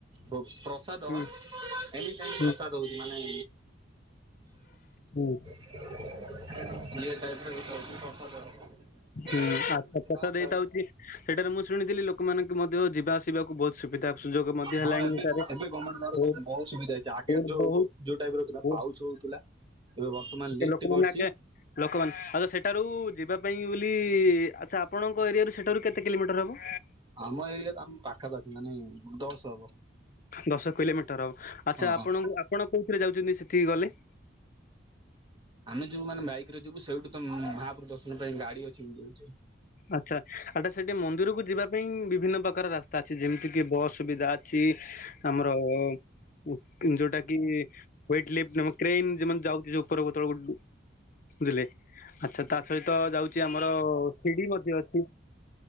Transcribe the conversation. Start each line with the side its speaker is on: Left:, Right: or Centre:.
Right: ପ୍ ପ୍ରସାଦ
Left: ହୁଁ
Right: ଏନିଟାଇମ୍
Left: ହୁଁ
Right: ପ୍ରସାଦ ହଉଛି, ମାନେ
Left: ହୁଁ।
Right: ଇଏ ଟାଇପର ବିକା ହଉଚି ପ୍ରସାଦ
Left: ହୁଁ ଆଛା
Right: ଆଉ
Left: ଆଚ୍ଛା
Right: ଯାହା
Left: ପଇସା ଦେଇଥାଉଚଛି
Right: ଥାଏ
Left: ସେଇଟାରେ ମୁଁ ଶୁଣିଥିଲି ଲୋକମାନଙ୍କୁ ମଧ୍ୟ ଯିବା ଆସିବାକୁ ବହୁତ ସୁବିଧା ସୁଯୋଗ ମଧ୍ୟ ହେଲାଣି
Right: ହଁ ଏବେ
Left: ଏଠାରେ
Right: ଏବେ ଗମେଣ୍ଟ ତରଫରୁ
Left: ରୋଡ
Right: ବହୁତ ସୁବିଧା ହେଇଛି, ଆଗେ
Left: ରୋଡ
Right: ଯୋଉ
Left: ବହୁତ
Right: ଯୋଉ ଟାଇପର ରହୁଥିଲା
Left: ହୁଁ
Right: ପାଉଚ ହଉଥିଲା ଏବେ ବର୍ତ୍ତମାନ ଲିଫଟ
Left: ଲୋକମାନେ
Right: କରିଛି
Left: ଆଗେ ଲୋକମାନେ, ଆଚ୍ଛା ସେଠାରୁ ଯିବା ପାଇଁ ବୋଲି ଆଚ୍ଛା ଆପଣଙ୍କ ଏରିଆରୁ ସେଠାରୁ କେତେ କିଲୋମିଟର ହେବ?
Right: ଆମ ଏରିଆର ତ ଆମ୍ ପା ପାଖାପାଖି ମାନେ ଦଶ ହବ।
Left: ଦଶ କିଲୋମିଟର ହବ ଆଚ୍ଛା
Right: ହଁ ହଁ
Left: ଆପଣଙ୍କୁ ଆପଣ କୋଉଥିରେ ଯାଉଛନ୍ତି ସେଠିକି ଗଲେ?
Right: ଆମେ ଯୋଉ ମାନେ ବାଇକରେ ଯିବୁ ସେଇଠୁ ତ ଉଁ ମହାପୁରୁ ଦର୍ଶନ ପାଇଁ ଗାଡି ଅଛି ଯୋ
Left: ଆଚ୍ଛା ଆଟା ସେଠି ମନ୍ଦିରକୁ ଯିବା ପାଇଁ ବିଭିନ୍ନ ପ୍ରକାର ରାସ୍ତା ଅଛି ଯେମିତି କିି ବସ୍ ସୁବିଧା ଛି ଆମର ଉ ଯୋଉଟା କି ୱେଟ ଲିଫ୍ଟ ନମକ୍ରେନ୍ ଯେଉଁମାନେ ଯାଉଛି ଯୋଉ ଉପରକୁ ତଳକୁ ବୁଝିଲେ, ଆଚ୍ଛା ତା ସହିତ ଯାଉଛି ଆମର ଶିଡି ମଧ୍ୟ ଅଛି।